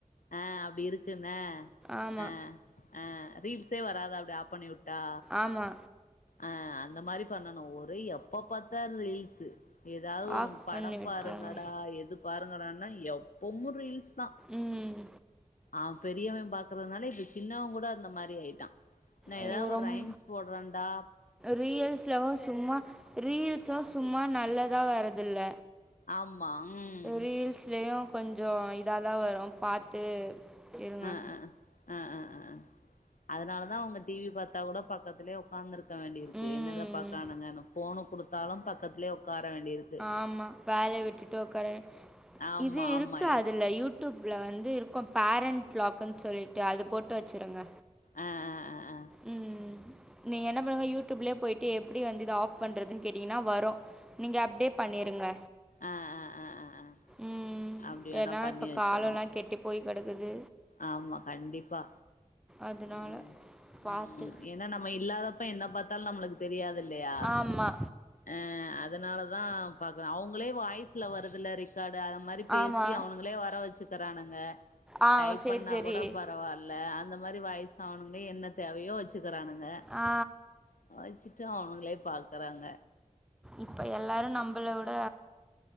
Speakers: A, on the left; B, in the centre.
A: ஆ அப்டி இருக்குன்ன
B: ஆமா
A: ஆ ஆ ரீல்ஸே வராதா அப்டி ஆப் பண்ணிவூட்டா
B: ஆமா
A: ஆ அந்த மாரி பண்ணணு ஒரே எப்ப பாத்தால் ரீல்ஸ்ஸு எதாவது ஒரு
B: ஆஃப்
A: படம்
B: பண்ணி விட்ருங்க
A: பாருங்கடா எது பாருங்கடான்னா எப்பமு ரீல்ஸ் தா
B: ம்
A: அவ பெரியவே பாக்றதுனால இப்ப சின்னவ கூட அந்த மாரி ஆயிட்டா நா
B: ஐயோ
A: எதாவ் ஒரு
B: ரொம்
A: ரைம்ஸ் போடுறன்டா
B: ரீல்ஸ்லவு சும்மா ரீல்ஸு சும்மா நல்லதா வரதுல
A: ஆமா ம்
B: ரீல்ஸ்லையூ கொஞ்சோ இதாதா வரு பாத்து இருங்க
A: அ அ அ அ அ அ அ அதுனால தா அவுங்க டி வி பாத்தா கூட பக்கத்துலே ஒக்காந்துருக் க வேண்டி இருக்கு
B: ம்
A: என்னத பாக்கானுங்கன்னு போனு குடுத்தாலு பக்கத்துலே உக்கார வேண்டி இருக்
B: ஆமா வேல விட்டுட்டு உக்காரே
A: ஆமா
B: இது இருக்கு
A: ஆமா எ
B: அதுல யூட் டூப்ல வந்து இருக்கு பேரண்ட் லாக்குன்னு சொல்லிட்டு அது போட்டு வச்சிருங்க
A: அ அ அ அ
B: ம் ம் நீங்க என்ன பண்ணுங்க யூடியூப்லே போயிட்டு எப்டி வந்து இத ஆஃப் பண்றதுன் கேட்டீங்கன்னா வரு நீங்க அப்டே பண்ணிருங்க
A: அ அ அ அ அ
B: ம்.
A: அப்டி வேணா
B: ஏன்னா
A: பண்ணி
B: இப்ப
A: வெச்சர்ணு
B: காலம்லாம் கெட்டு போய் கடக்குது
A: ஆமா கண்டிப்பா
B: அதனால
A: ம்
B: பாத்து.
A: ம் ம் என்னா நம்ம இல்லாதப்ப என்ன பாத்தாலு நம்மளுக்கு தெரியாது இல்லயா
B: ஆமா.
A: ஆ அதுனால தா பாக்கற அவுங்களே வாய்ஸ்ல வருதுல்ல ரிக் காடு அத மாரி பேசி
B: ஆமா.
A: அவனுங்களே வர வச்சிக்கறானுங்க
B: ஆ
A: டைப்
B: சரி,
A: பண்ணா
B: சரி.
A: கூட பரவால்ல அந்த மாரி வாய்ஸ் அவனுங்களே என்ன தேவையோ வெசுக்கறானுங்க
B: ஆ
A: வச்சுட்டு அவனுங்களே பாக்கறாங்க
B: இப்ப எல்லாரு நம்பள விட